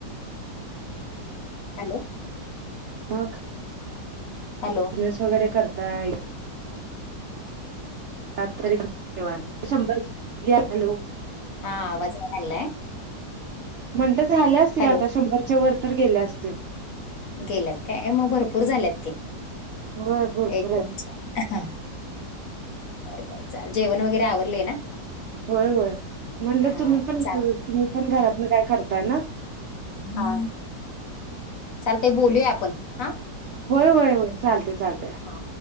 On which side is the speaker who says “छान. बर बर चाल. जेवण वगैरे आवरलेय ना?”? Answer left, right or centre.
Left